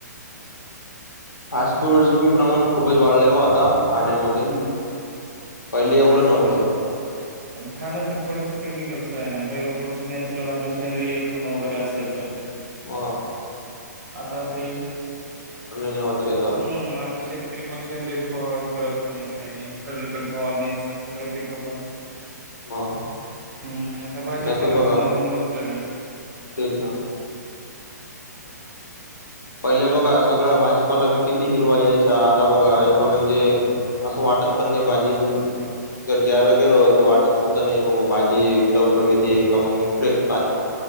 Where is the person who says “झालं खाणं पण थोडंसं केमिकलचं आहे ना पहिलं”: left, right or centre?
Right